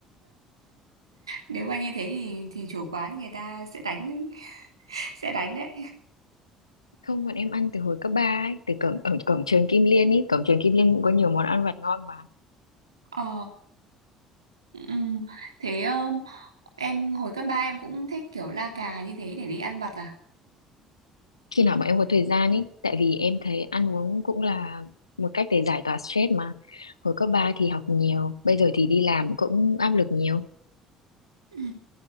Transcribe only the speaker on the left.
Không, bọn em ăn từ hồi cấp 3 ấy, từ cổng ở cổng trường Kim Liên ấy, cổng trường Kim Liên cũng có nhiều món ăn vặt ngon mà.
Khi nào bọn em có thời gian ấy, tại vì em thấy ăn uống cũng là một cách để giải tỏa stress mà. Hồi cấp 3 thì học nhiều, bây giờ thì đi làm cũng áp lực nhiều.